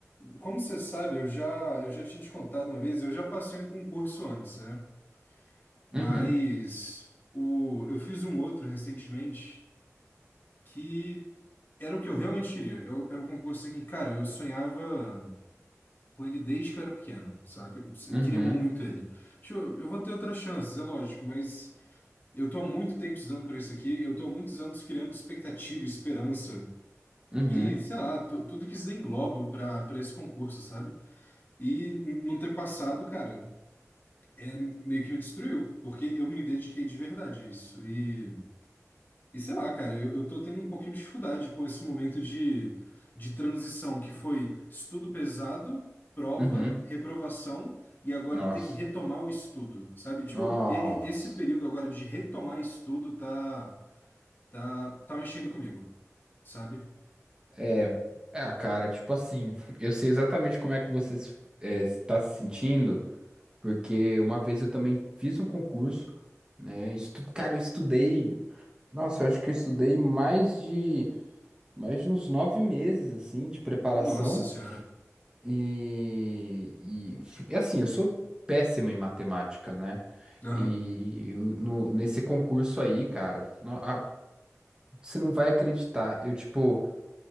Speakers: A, on the left; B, on the right.
A: como você sabe, eu já, eu já tinha te contado uma vez, eu já passei um concurso antes, né? Mas
B: Uhum,
A: o, eu fiz um outro recentemente que era o que eu realmente queria. Eu, era um concurso que, cara, eu sonhava com ele desde que eu era pequeno, saca? Eu
B: uhum,
A: queria muito ele. Tipo, eu vou ter outras chances, é lógico, mas. Eu tô há muito tempo precisando para isso aqui, eu tô há muitos anos criando expectativa, esperança
B: uhum,
A: e, sei lá, tu- tudo que isso engloba para para esse concurso, sabe? E n- não ter passado, cara, é meio que me destruiu, porque eu me dediquei de verdade a isso. E, e sei lá, cara, eu, eu tô tendo um pouquinho de dificuldade com esse momento de, de transição que foi estudo pesado, prova,
B: uhum.
A: reprovação e agora
B: Nossa,
A: ter que retomar o estudo, sabe? Tipo,
B: nossa.
A: e- e- esse período agora de retomar estudo tá. Tá, tá mexendo comigo, sabe?
B: É, é, cara, tipo assim, <laughs> eu sei exatamente como é que você se- é, está se sentindo, porque uma vez eu também fiz um concurso, né? Estu, cara, eu estudei, nossa, eu acho que eu estudei mais de, mais de uns nove meses, assim, de preparação.
A: Nossa senhora.
B: E, e, e assim, eu sou péssimo em matemática, né?
A: Aham.
B: E eu- no, nesse concurso aí, cara, não- a- você não vai acreditar. Eu, tipo,